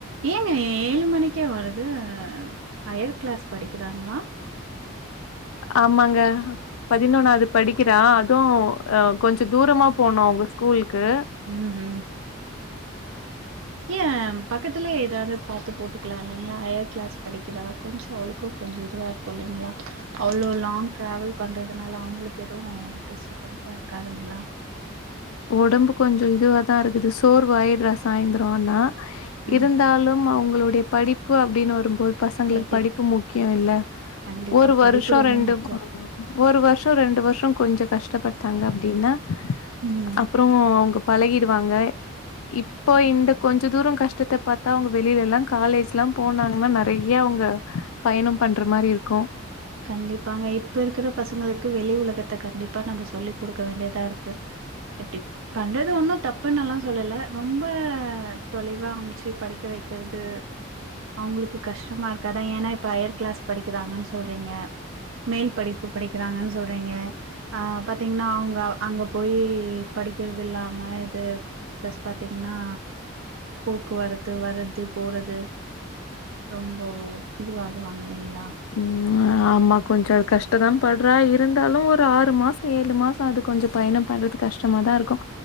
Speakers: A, on the right (about 75°); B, on the left (about 85°).
A: ஏங்க ஏழு மணிக்கே வருது ம் ஹையர் க்ளாஸ் படிக்கறாங்களா
B: ஆமாங்க பதினொன்னாவது படிக் கிறா அதுவு அ கொஞ்சோ தூரமா போணு அவுங்க ஸ்கூல்க்கு
A: உம்ஹூம் ஏ ம் பக்கத்துல ஏதாது பாத்து போட்டுக்கலா இல்லிங்களா ஹையர் கிளாஸ் படிக்கறா கொஞ்சோ அவளுக்கு கொஞ்சோ இதுவா இருக் கும் இல்லிங்களா அவ்ள லாங் டிரவல் பண்றதுனால அவங்களுக்கு எதுவும் டிஸ்ட பன்ஸா இருக்காதுங்களா
B: ஒடம்பு கொஞ்சோ இதுவாதா இருக்குது சோர்வாயிட்றா சாயிந்தரம் ஆனா
A: ம்
B: இருந்தாலும் அவுங்குளுடைய படிப்பு அப்டினு வரும்போது பசங்களுக்
A: எஜி
B: படிப்பு முக்கியம் இல்ல
A: கண்டிப்பா
B: ஒரு வருஷோ
A: படிப்பு ரொம்ப
B: ரெண்டு
A: முக்கியோ
B: ஒரு வருஷோ ரெண்டு வருஷோ கொஞ்ச கஷ்டப்பட்டாங்க அப்டினா
A: ம்
B: அப்றோ அவுங்க பழகிடுவாங்க இப்போ இந்த கொஞ்ச தூரம் கஷ்டத்த பாத்தா அவுங்க வெளில எல்லா காலேஜ்லா போனாங்கனா நறைய அவுங்க பயணம் பண்ற மாரி இருக்கும்
A: கண்டிப்பாங்க இப்ப இருக்கற பசங்களுக்கு வெளி உலகத்த கண்டிப்பா நம்ம சொல்லி குடுக்க வேண்டியதா இருக்கு எப்டி பண்றது ஒன்னு தப்புன்னல்லா சொல்லல ரொம்ப தொலைவா அம்ச்சி படிக்க வெக்கறது அவுங்களுக்கு கஷ்டமா இருக்காதா ஏனா இப்ப ஹயர் கிளாஸ் படிக்கிறாங்கன் சொல் றீங்க மேல் படிப்பு படிக்கறாங்கன் சொல்றீங்க அ பாத்தீங்னா அவுங்க அங்க போயி படிக்கற்தில்லாம இது பிளஸ் பாத்தீங்ன்னா போக்குவரத்து வரது போறது ரொம்போ இதுவாகுவாங்க இல்லிங்ளா
B: ம் ஆமா கொஞ்சோ கஷ்டதா பட்றா இருந்தாலு ஒரு ஆறு மாசோ ஏழு மாசோ அது கொஞ்சோ பயணம் பண்றது கஷ்டமாதா இருக்கு